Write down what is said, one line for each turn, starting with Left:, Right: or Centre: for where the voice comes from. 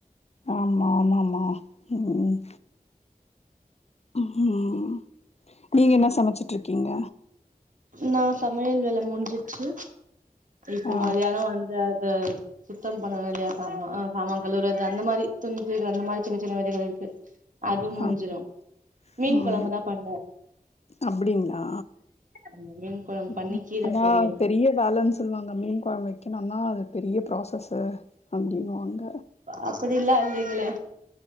Left: ஆமா ஆமாமா ம் ம் நீங்க என்ன சமச்சிட்ருக்கீங்க
Right: நா சமையல் வேல முஞ்சிச்சு இப்ப
Left: ஆ
Right: மதியான வந்து அது சுத்த பண்வே இல்லையா சாமா சாமா கழுவுறது அந்த மாரி துணி துவைக்கனு அந்த மாரி சின்ன சின்ன வேலைகள் இருக்கு அதும் முஞ்சுரும்
Left: ஆமா
Right: மீன்
Left: ம்
Right: கொழம்புதா பண்ணே
Left: அப்டிங்ளா
Right: அந்த மீன் கொழம்பு
Left: ம்
Right: பண்ணி கீர
Left: ஆனா
Right: பொரியல்
Left: பெரிய பேலன்ஸ் சொல்லுவாங்க மீன் கொழம்பு வைக்கணுன்னா அது பெரிய ப்ராசஸ்சு அப்டின்னு வாங்க
Right: அப்டில்லா இல்லைங்ளே